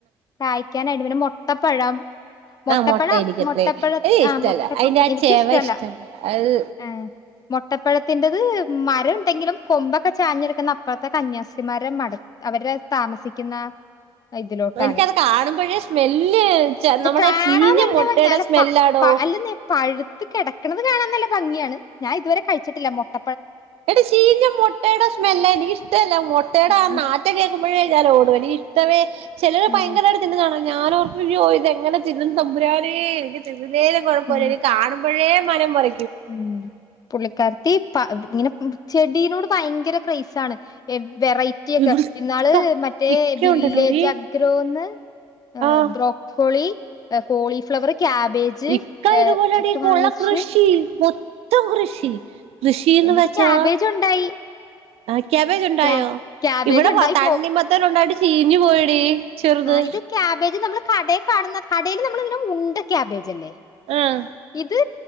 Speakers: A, on the left; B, on the right.
A: കായ്ക്കാനായിട്ടും പിന്നെ മൊ ട്ടപ്പഴം മൊട്ടപ്പഴം
B: ആ മുട്ട എനിക്കത്രേ
A: മുട്ടപ്പഴ
B: ഏ ഇഷ്ടല്ല
A: ആ മുട്ടപ്പഴത്തി
B: അതിന്റെ ആ
A: എനിക്കിഷ്ടല്ല
B: ചെവ ഇഷ്ടല്ല അത്
A: ആ മുട്ടപ്പഴ ത്തിന്റെത് മരം ഉണ്ടെങ്കിലും കൊമ്പൊക്കെ ചാഞ്ഞെടുക്കുന്ന അപ്പറത്തെ കന്യാസ്ത്രീമാരെ മട അവരെ താമസിക്കുന്ന ഇതിലോട്ടാണ്
B: എനിക്കത് കാണുമ്പോഴേ സ്മെല്ല് നമ്മുടെ
A: കാണാൻ
B: ചീഞ്ഞ
A: നല്ല
B: മുട്ടയുടെ
A: ഭംഗിയ അല്ല
B: സ്മെല്ലാടോ
A: പഴു അല്ലെന്നെ പഴുത്തു കിടക്കണത് കാണാൻ നല്ല ഭംഗിയാണ് ഞാൻ ഇതുവരെ കഴച്ചിട്ടില്ല മൊട്ട
B: എടി ചീഞ്ഞ മുട്ടയുടെ സ്മെല്ല എനിക്ക് ഇഷ്ടല്ല മുട്ടയുടെ
A: ഉം
B: ആ നാറ്റം കേക്കുമ് അപ്പഴേ ഞാൻ ഓടുംഎനിക്ക് ഇഷ്ടവെ ചിലര്
A: ഉം
B: ഭയങ്കരായിട്ട് തിന്നുന്ന കാണ ഞാനോർക്കയ്യോ ഇത് എങ്ങനെ തിന്നും തമ്പുരാനേ എനിക്ക് തിന്നാ തിന്നിലെങ്കിലും കുഴപ്പമില്ല
A: ഉം
B: ഇത് കാണുമ്പോഴേ മനം പുര
A: ഉം പുള്ളിക്കാർത്തി പ അ ഇങ്ങനെ ചെടിനോട് ഭയങ്കര ക്രൈസാണ് <unintelligible> വെറൈറ്റി ഒക്കെ
B: ഇവിടെ ഇക്ക
A: ഇന്നാള് മറ്റേ
B: ഇക്ക
A: വില്ലേജ്
B: ഉണ്ടല്ലോടി
A: അഗ്രോന്ന്എ
B: ആഹ്
A: ബ്രോക്കോളി കോളിഫ്ലവർ ക്യാബേജ്
B: ഇക്ക ഇതുപോലെടി
A: ഒക്കെ
B: ഈ കൊള
A: വാങ്ങിച്ച്
B: കൃഷി മോ ത്തം കൃഷി കൃഷിന്ന്
A: എന്നിട്ട്
B: വെച്ചാ
A: ക്യാബേജ് ഉണ്ടായി
B: ആ ക്യാബേജ്‌ ഉണ്ടായോ?
A: ക്യാ ക്യാബേജ്
B: ഇവിടെ
A: ഉണ്ടായി
B: വ തണ്ണിമത്തന് ഉണ്ടായിട്ട് ചീ ഞ്ഞ് പോയടി ചെറുത്
A: ആ ഇത് ക്യാബേജ് നമ്മള് കടേ കാണ്‌ന്ന കടേല് നമ്മളിതിന്റെ മുണ്ട ക്യാബേജ് അല്ലേ
B: ആ
A: ഇത്